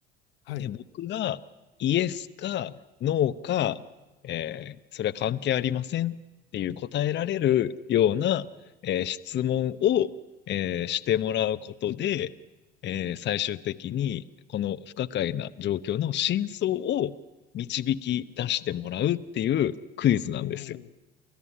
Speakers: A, on the left (about 75°); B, on the left (about 35°).
A: はい。
B: え、僕がイエスかノーか、えーそれは関係ありませんっていう答えられるような、えー質問を、えーしてもらうことで、えー最終的にこの不可解な状況の真相を導き出してもらうっていうクイズなんですよ。
A: おー。